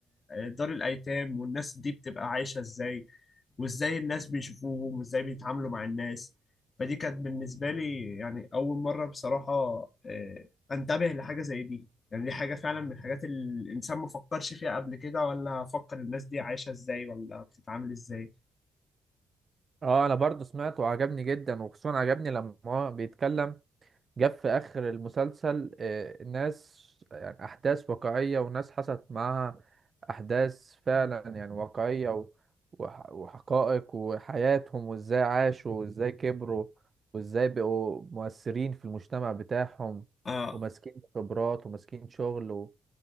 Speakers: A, on the left (about 45°); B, on the right (about 40°).
A: دار الأيتام والناس دي بتبقى عايشة إزاي وإزاي الناس بيشوفوهم وإزاي بيتعاملوا مع الناس فدي كانت بالنسبة لي يعني أول مرة بصراحة آه، أنتبه لحاجة زي دي يعني دي حاجة فعلا من الحاجات اللي الإنسان ما فكرش فيها قبل كده ولا فكر الناس دي عايشة إزاي ولا بتتعامل إزاي
B: اه انا برضو سمعته وعجبني جدا وخصوصا عجبني لما هو بيتكلم جاب في آخر المسلسل آه، ناس يعني أحداث واقعية وناس حصلت معاها أحداث فعلا يعني واقعية و- وح- وحقائق وحياتهم وإزاي عاشوا وإزاي كبروا وإزاي بقوا مؤثرين في المجتمع بتاعهم
A: آه،
B: وماسكين خبرات وماسكين شغل و...